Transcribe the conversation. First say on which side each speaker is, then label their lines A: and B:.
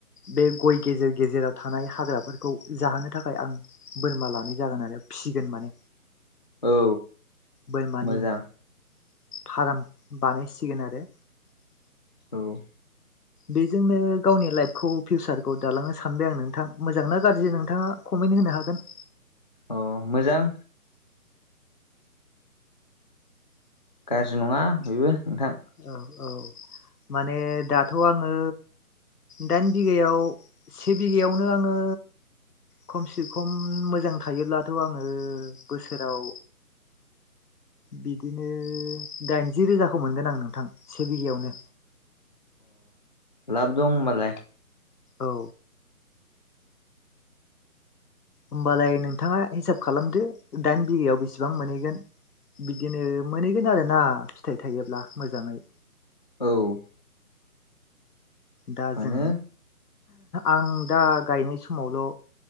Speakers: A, on the left; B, on the left.
A: बे गय गेजेर गेजेराव थानाय हाग्राफोरखौ जाहोनो थाखाय आं बोरमा लानाय जागोन होननानै फिसिगोन माने।
B: औ
A: बोरमानि
B: मोजां
A: फाराम बानायसि सिगोन आरो।
B: औ।
A: बेजोंनो गावनि लाइफखौ फिउसारखौ दालांनो सानबाय आं नोंथां मोजां ना गाज्रि नोंथाङा खम मेन होनो हागोन।
B: औ मोजां। गाज्रि नङा बेबो नोंथां।
A: औ औ माने दाथ' आंङो दाइन बिगायाव से बिघायावनो आंङो खमसे खम मोजां थायोब्लाथ' आंङो बोसोराव बिदिनो दाइनजि रोजाखौ मोनगोन आं नों थां से बिघायावनो।
B: लाभ दं होनबालाय।
A: औ। होमबालाय नोंथाङा हिसाब खालामदो दाइन बिघायाव बेसेबां मोनहैगोन। बिदिनो मोनहैगोन आरोना फिथाइ थायोब्ला मोजाङै।
B: औ।
A: दा
B: मोनो
A: जों आं दा गायनाय समावल'